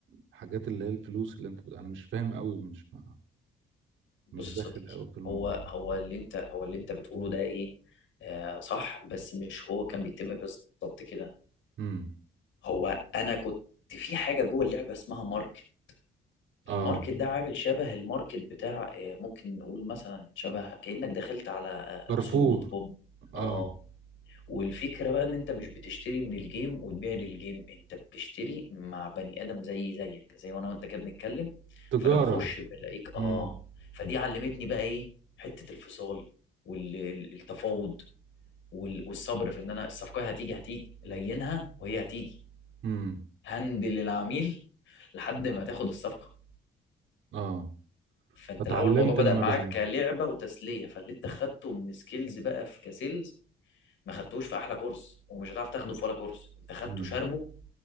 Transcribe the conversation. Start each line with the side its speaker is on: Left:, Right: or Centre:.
Right: الحاجات اللي هي الفلوس اللي انت بت... انا مش فاهم قوي مش ما...
Left: بص
Right: مش داخل
Left: يا صديقي
Right: قوي في الموضوع
Left: هو هو اللي انت هو اللي انت بتقوله ده ايه آه صح بس مش هو كان بيتم بالظبط كده
Right: امم
Left: هو انا كنت في حاجه جوه اللعبه اسمها ماركت
Right: اه
Left: الماركت ده عامل شبه الماركت بتاع آه، ممكن نقول مثلا شبه كانك دخلت على آه،
Right: كارفور
Left: سوق دوت كوم
Right: اه
Left: اه والفكرة بقى ان انت مش بتشتري من الجيم وتبيع للجيم انت بتشتري مع بني ادم زي زيك زي وانا وانت كده بنتكلم
Right: تجارة
Left: فانا بخش بلاقيك اه
Right: امم
Left: فدي علمتني بقى ايه حتة الفصال والتفاوض وال- والصبر في ان انا الصفقة هتيجي هتيجي لينها وهي هتيجي
Right: امم
Left: هندل العميل لحد ما تاخد الصفقة
Right: اه
Left: فانت
Right: اتعلمت
Left: الاول الموضوع بدأ
Right: المبيعات
Left: معاك كلعبة وتسلية فاللي انت خدته من سكيلز بقى في كسيلز ما خدتوش في احلى كورس ومش هتعرف تاخده في ولا كورس انت خدته
Right: امم
Left: شاربه